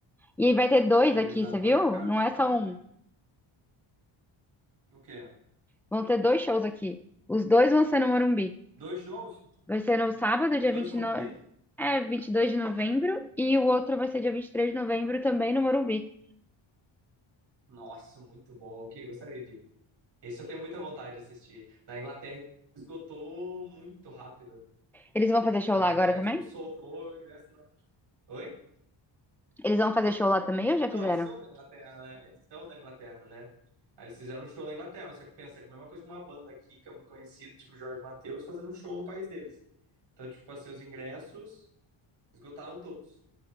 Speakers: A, in the centre; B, on the right.
A: E aí vai ter dois
B: É,
A: aqui,
B: exato,
A: você viu?
B: pagar caro
A: Não
B: pra
A: é
B: ficar
A: só
B: longe.
A: um.
B: O quê?
A: Vão ter dois shows aqui. Os dois vão ser no Morumbi.
B: Dois shows?
A: Vai ser no sábado, dia
B: Os dois
A: 29,
B: estão no Morumbi?
A: é, 22 de novembro. E o outro vai ser dia 23 de novembro também no Morumbi.
B: Nossa, muito bom. Ok, gostaria de. Esse eu tenho muita vontade de assistir. Na Inglaterra esgotou muito rápido.
A: Eles vão fazer show
B: Na
A: lá
B: Inglaterra,
A: agora também?
B: tipo, soltou o ingresso. lá. Oi?
A: Eles vão fazer show lá também ou já
B: Não,
A: fizeram?
B: eles são da Inglaterra, né? Eles são da Inglaterra, né? Aí eles fizeram um show na Inglaterra, só que pensa que a mesma coisa que uma banda aqui, que é muito conhecida, tipo Jorge Mateus, fazendo um show no país deles. Então, tipo assim, os ingressos esgotaram todos